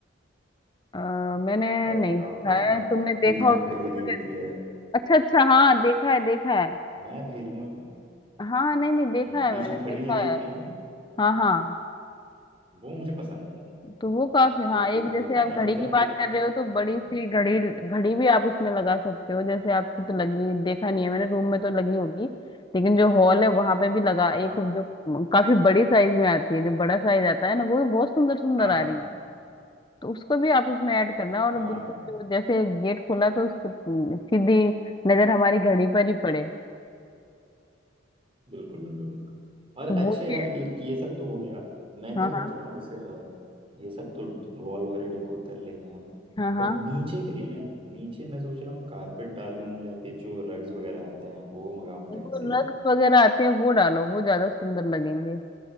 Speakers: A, on the left; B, on the right.
A: अ, मैंने
B: टाइप
A: नहीं
B: का
A: देखा
B: फिर उसमें
A: है तुमने देखा
B: बीच में
A: हो
B: घड़ी
A: तो तुम
B: लगी
A: मुझे
B: होती है
A: अच्छा अच्छा हाँ देखा है देखा है
B: मैं भेजूंगा तुम्हें
A: हाँ नहीं नहीं देखा
B: हम्म,
A: है
B: बीच
A: मैंने
B: में घड़ी
A: देखा
B: लगी होती
A: है
B: है ना
A: हाँ हाँ
B: वो मुझे पसंद आया था
A: तो वो काफी हाँ
B: तो
A: एक जैसे आप
B: मैं सोच
A: घड़ी
B: रहा
A: की
B: हूँ
A: बात
B: कि वो-
A: कर रहे हो तो बड़ी
B: हाँ
A: सी घड़ी घड़ी भी आप उसमें लगा सकते हो जैसे आपकी तो लगी देखा नहीं है मैंने रूम में तो लगी होगी लेकिन जो हॉल है वहां पे भी लगा एक
B: हाँ
A: जो काफी बड़ी साइज में आती है जो बड़ा साइज आता है ना वो भी बहुत सुंदर सुंदर
B: हाँ
A: आ
B: हाँ
A: रही
B: हाँ
A: है तो उसको भी आप उसमें ऐड करना और
B: हाँ
A: बिल्कुल
B: यार
A: जो जैसे गेट खोला तो उससे, हम्म, सीधी नजर हमारी घड़ी पर ही पड़े
B: बिल्कुल बिल्कुल बिल्कुल और
A: तो
B: अच्छा
A: वो
B: यार
A: भी
B: ये ये सब तो हो गया मैं
A: हाँ
B: क्या सोच
A: हाँ
B: रहा हूँ जैसे अ, ये सब तो वॉल वगैरह डेकोर कर लेंगे हम
A: हाँ हाँ
B: बट नीचे के लिए ना नीचे मैं सोच रहा हूँ कारपेट डालूं या फिर जो रग्स वगैरह आते हैं वो मंगाऊं कहीं
A: वो
B: से
A: रग्स वगैरह आते हैं वो डालो वो ज्यादा सुंदर लगेंगे